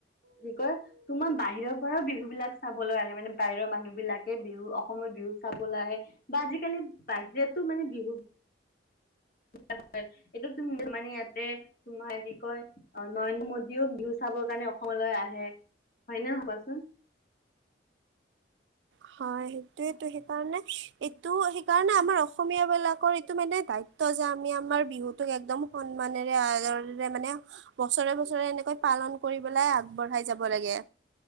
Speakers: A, on the left (about 50°); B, on the right (about 75°).
A: কি কয় তোমাৰ বাহিৰৰ পৰাও বিহু বিলাক চাবলৈ আহে, মানে বাহিৰৰ মানুহ বিলাকে বিহু অসমৰ বিহু চাবলে আহে বা আজিকালি বাহিৰতো মানে বিহু <unintelligible> এইটো তুমি মানে ইয়াতে তোমাৰ কি কয় অ', নৰেন্দ্ৰ মোদীও বিহু চাবৰ কাৰণে অসমলৈ আহে, হয়নে নহয় কোৱাচোন?
B: হয়, সেইটোয়েটো সেইকাৰণে এইটো সেইকাৰণে আমাৰ অসমীয়া বিলাকৰ এইটো মানে দায়ি ত' যে, আমি আমাৰ বিহুতোক একদম সন্মানেৰে আদৰেৰে মানে বছৰে, বছৰে এনেকৈ পা পালন কৰিবলৈ আগবঢ়াই যাব লাগে।